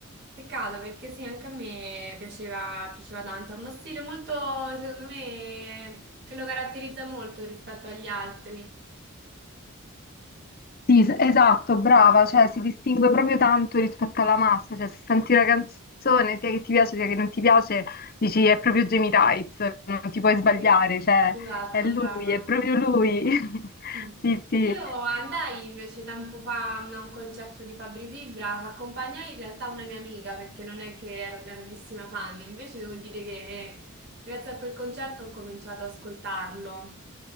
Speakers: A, on the right; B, on the left.
A: Peccato perché sì, anche a me piaceva, piaceva tanto. Ha uno stile molto, secondo me, che lo caratterizza molto rispetto agli altri.
B: Sì, es- esatto, brava, cioè si distingue proprio tanto rispetto alla massa, cioè se senti una canzone, sia che ti piace sia che non ti piace, dici è proprio Jamie Tights, non ti puoi sbagliare,
A: Sì.
B: cioè
A: Esatto,
B: è lui,
A: brava.
B: è proprio lui. <laughs>
A: Mm.
B: Sì, sì.
A: Io andai invece tempo fa a un concerto di Fabri Fibra che accompagnai in realtà una mia amica perché non è che ero grandissima fan, invece devo dire che grazie a quel concerto ho cominciato ad ascoltarlo.